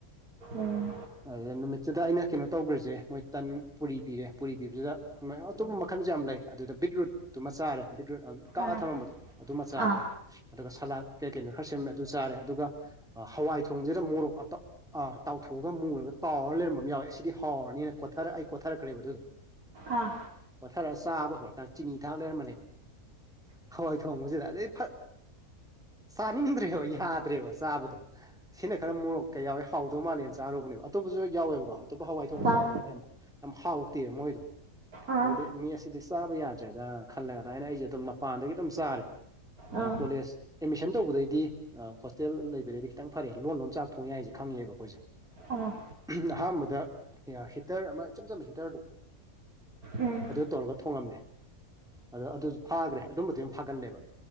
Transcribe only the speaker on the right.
ꯎꯝ
ꯑꯥ
ꯑꯥ
ꯑꯥ
ꯑꯥ
ꯑꯥ
ꯑꯥ
ꯑꯥ
ꯎꯝ ꯎꯝ